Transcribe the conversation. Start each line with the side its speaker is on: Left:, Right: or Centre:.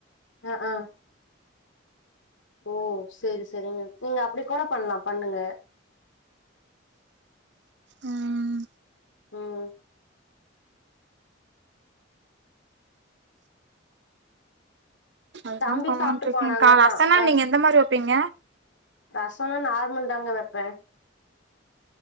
Left: ஆ ஆ ஓ சேரி சேரிங்க நீங்க அப்டி கூட பண்ணலா பண்ணுங்க
Right: ம்
Left: ம்
Right: அதுதா
Left: தம்பி
Right: பண்லான்ட்டு
Left: சாப்ட்டுபோனாங்க
Right: இருக்கேக்கா ரசனா
Left: தா ரஸ்
Right: நீங்க எந்த மாரி வப்பீங்க
Left: ரசோலா நார்மல் தாங்க வெப்பே